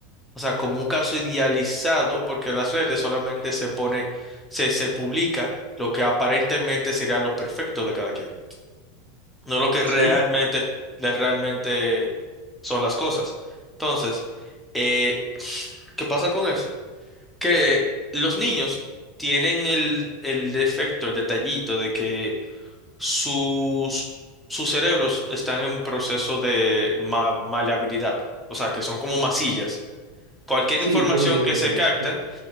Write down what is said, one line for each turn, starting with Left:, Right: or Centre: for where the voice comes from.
Centre: O sea, como un caso idealizado, porque las redes solamente se pone, se, se publica lo que aparentemente sería lo perfecto de cada quien no lo que
Right: Sí,
Centre: realmente, le- realmente son las cosas. Entonces, eh, ¿qué pasa con eso? Que los niños tienen el, el defecto, el detallito de que sus, sus cerebros están en proceso de ma- maleabilidad, o sea, que son como masillas. Cualquier
Right: sí,
Centre: información
Right: eh,
Centre: que se capta
Right: es